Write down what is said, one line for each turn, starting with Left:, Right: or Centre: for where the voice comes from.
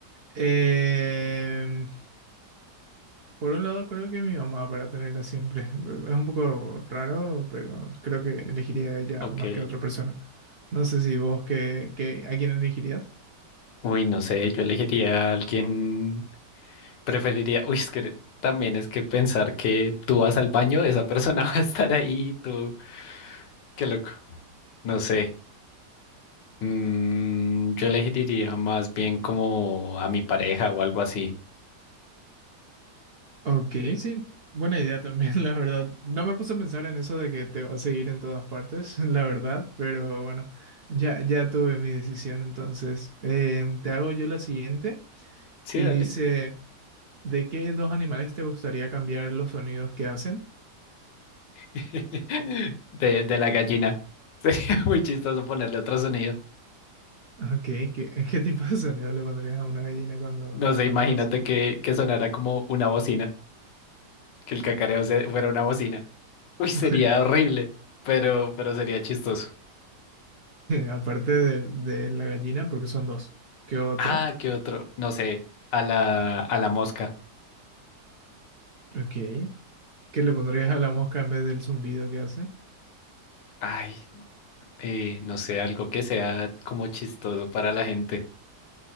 Right: Em, por un lado, creo que mi mamá para tenerla siempre. <laughs> Es un poco raro, pero creo que elegiría a ella
Left: Ok.
Right: más que a otra persona. No sé si vos, que, que, ¿a quién elegirías?
Left: Uy, no sé, yo elegiría a alguien Preferiría, uy, es que también es que pensar que tú vas al baño, esa persona <laughs> va a estar ahí, tú, qué loco. No sé. Mm, yo elegiría más bien como a mi pareja o algo así.
Right: Ok, sí, buena idea también, <laughs> la verdad. No me puse a pensar en eso de que te va a seguir en todas partes, <laughs> la verdad, pero bueno, ya, ya tuve mi decisión, entonces eh, te hago yo la siguiente
Left: Sí,
Right: y
Left: dale.
Right: dice... ¿De qué dos animales te gustaría cambiar los sonidos que hacen?
Left: <laughs> De, de la gallina. Sería <laughs> muy chistoso ponerle otro sonido.
Right: Ok, ¿qué, qué tipo de sonido le pondrías a una gallina cuando,
Left: No sé,
Right: cuando
Left: imagínate
Right: hace?
Left: que, que sonara como una bocina, que el cacareo se- fuera una bocina. Uy,
Right: <laughs>
Left: sería horrible, pero, pero sería chistoso.
Right: Aparte de, de la gallina, porque son dos. ¿Qué otro?
Left: Ah, ¿qué otro? No sé, a la, a la mosca.
Right: Ok. ¿Qué le pondrías a la mosca en vez del zumbido que hace?
Left: Ay, eh, no sé, algo que sea como chistoso para la gente.